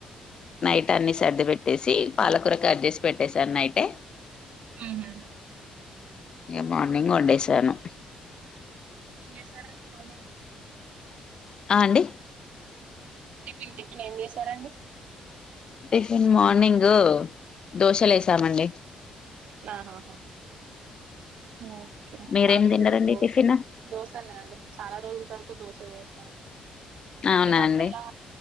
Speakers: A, on the left; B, on the right.
A: నైట్ అన్ని సర్ది పెట్టేసి పాలకూర కట్ చేసి పెట్టసాను నైటే
B: హుహ్
A: మార్నింగ్ వండేసాను
B: <inaudible> సరికి పోలే
A: ఆహ్ అండి
B: టిఫిన్ టిఫిన్ ఏం చేసారండి
A: టిఫిను మార్నింగ్ దోశలేసామండి
B: ఆహా ఒకే
A: మీరేం
B: మది
A: తిన్నారండి
B: గూడా ఇవ్వాళ డోస్
A: టిఫిన్
B: దోశనే అండి చాలా రోజుల తర్వాత దోశ చేసా
A: అవునా
B: ఈ మధలా
A: అండి